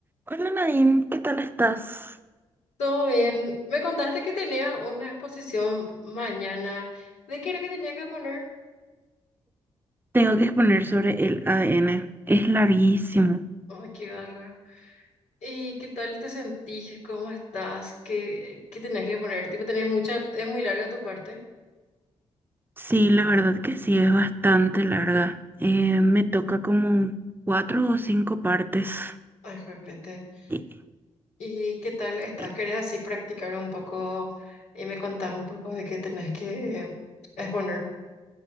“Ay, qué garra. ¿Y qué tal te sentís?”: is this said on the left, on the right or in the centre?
Left